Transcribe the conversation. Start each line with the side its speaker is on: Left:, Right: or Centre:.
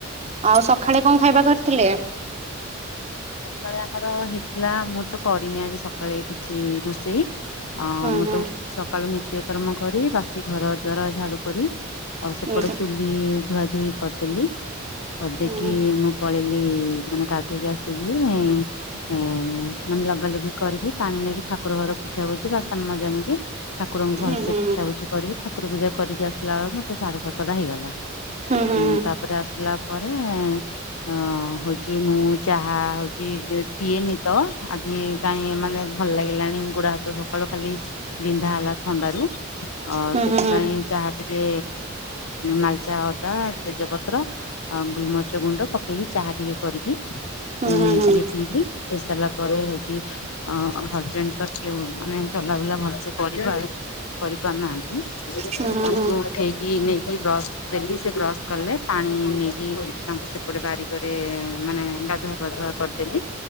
Right: ଆଉ ସଖାଳେ କଣ ଖାଇବା କରିଥିଲେ?
Left: ସକାଳେ ଆମର ହେଇଥିଲା ମୁଁ ତ କରିନି ଆଜି ସକା- ସକାଳେ କିଛି ରୋଷେଇ। ଆ
Right: ହୁଁ
Left: ମୁଁ
Right: ହୁଁ
Left: ତ ଉଠିକି ସକାଳୁ ନି ତ୍ୟକର୍ମ କରି, ବାସି ଘର ଦ୍ବାର ଝାଡୁ କରି ଆଉ ସେପଟେ
Right: ହୁଁ
Left: ଚୁଲି ଧୁଆ ଧୁଇ କରିଦେଲି। କରିଦେଇକି
Right: ହୁଁ
Left: ମୁଁ- ପଳେଇଲିି ମାନେ ଗାଧେଇକି ଆସିକି ଏ ମାନେ ଲଗାଲଗି କରିକି ପାଣି ନେଇକି ଠାକୁର ଘର ପୁଛା ପୁଛି, ବାସନ ମଜା ମଜିି, ଠାକୁରଙ୍କୁ ଭଲସେ
Right: ହୁଁ ହୁଁ
Left: ପୁଛା ପୁଛି କରିକି ଠାକୁର ପୂଜା କରିକି ଆସିଲା ବେଳେ ମୋତେ ସାଢେ ସାତଟା ହେଇଗଲା।
Right: ହୁଁ ହୁଁ
Left: ଉଁ ତାପରେ ଆସିଲା ପରେ ଅ ହଉଛି ମୁଁ, ଚାହା ହଉଛି ପିଏନି ତ ଆଜି କାଇଁ ମାନେ ଭଲ ଲାଗିଲାଣି ଗୁଡ ହାତ ସକାଳୁ ଖାଲି ବିନ୍ଧା ହେଲା ଥଣ୍ଡରୁ। ଅ
Right: ହୁଁ
Left: ସେଥିପାଇଁ
Right: ହୁଁ
Left: ଚାହା ଟିକେ ନାଲିଚା ଅଦା ତେଜପତ୍ର, ଆଉ ଗୁଲମରିଚ ଗୁଣ୍ଡ ପକେଇକି ଚାହା ଟିକେ କରିକି
Right: ହୁଁ
Left: ଇ
Right: ହୁଁ ହୁଁ ହୁଁ ହୁଁ
Left: ଟିକେ ପିଇଲିି ପିଇ ସାରିଲା ପରେ ହଉଛି, ଅ ହଜବେଣ୍ଡ ତ ଟିକେ ମାନେ ଚଲାବୁଲା ଭଲସେ କରି କରିପା କରିପାରୁନାହାନ୍ତି। ତ
Right: ହୁଁ ହୁଁ
Left: ତାଙ୍କୁ ଉଠେଇକି କି ନେଇକି ବ୍ରସ୍ ଦେଲି ସେ ବ୍ରସ୍ କଲେ। ପାଣି ନେଇକି ତାଙ୍କୁ ସେପଟେ ବାରିକରେ ମାନେ ଗାଧୁଆ ପାଧୁଆ କରିଦେଲି।